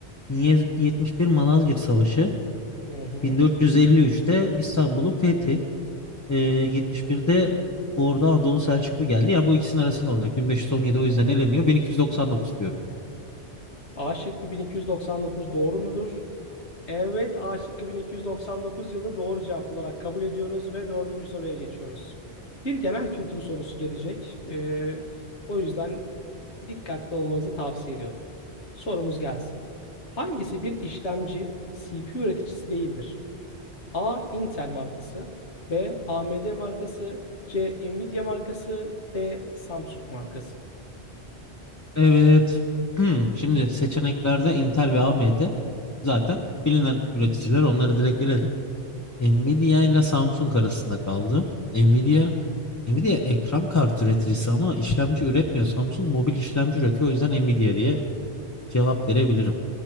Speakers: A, on the left (about 20°); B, on the left (about 85°).
A: 1071 Malazgirt Savaşı,
B: Hı hı.
A: 1453'te İstanbul'un fethi, e, 71'de Ordu Anadolu Selçuklu geldi. Yani bu ikisinin arasında olacak. 1517 o yüzden eleniyor. 1299 diyorum.
B: A şıkkı 1299 doğru mudur? Evet, A şıkkı 1299 yılı doğru cevap olarak kabul ediyoruz ve dördüncü soruya geçiyoruz. Bir genel kültür sorusu gelecek. Ee, o yüzden dikkatli olmanızı tavsiye ediyorum. Sorumuz gelsin. Hangisi bir işlemci CPU üreticisi değildir? A. Intel markası B. AMD markası C. Nvidia markası D. Samsung markası.
A: Evet. Hmm, Şimdi seçeneklerde Intel ve AMD zaten bilinen üreticiler onları direkt eledim. Nvidia
B: Hı hı.
A: ile Samsung arasında kaldı. Nvidia Nvidia ekran kartı üreticisi ama işlemci üretmiyor. Samsung mobil işlemci üretiyor. O yüzden Nvidia diye cevap verebilirim.